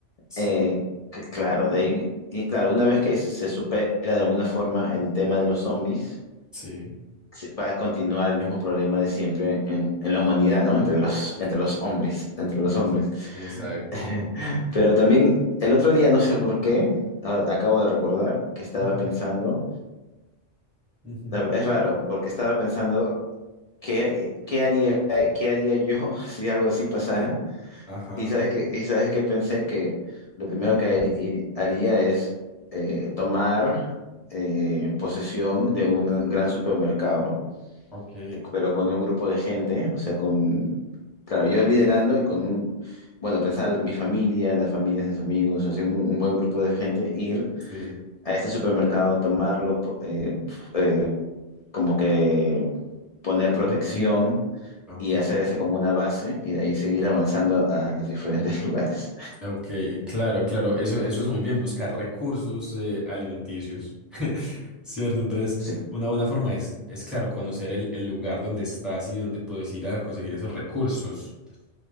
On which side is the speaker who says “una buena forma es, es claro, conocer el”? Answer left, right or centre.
Centre